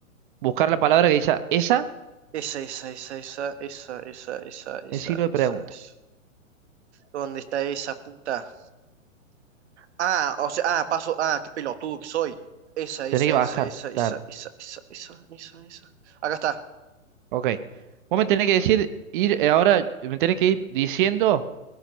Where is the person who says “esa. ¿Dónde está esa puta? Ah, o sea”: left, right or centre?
Right